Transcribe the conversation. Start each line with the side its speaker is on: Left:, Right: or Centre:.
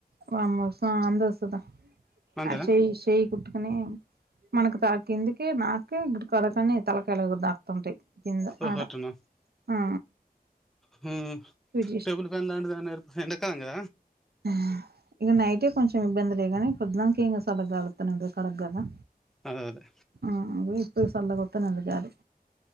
Right: వామ్మో సాందోస్తదా
Centre: అంతేనా
Right: ఆ చేయ్ ఈ చేయ్ కుట్టుకునేే మనకుత్ తల కిందికే నాకే గుడి <unintelligible> కరకని తలకాయ్ళక్ దాకుతుంటాయి. కింద
Centre: ఓహొ
Right: ఆడ
Centre: అటనా
Right: ఆ
Centre: హ్ హ్మ
Right: ఫిట్
Centre: టేబుల్ ఫ్యాన్ దన్టి దైనే ర్ప్ ఎండక్ కాంగా
Right: హ్మ్ ఇగ నైటె కొంచెం ఇబంద్ గానీ పోద్దున్దకేంగద్ సల్లగాలోతనే ఉంటద్ కడగల్నా
Centre: అదే అదే
Right: అ ఇప్పుడు సల్ల గోత్ విత్తనలు జాలు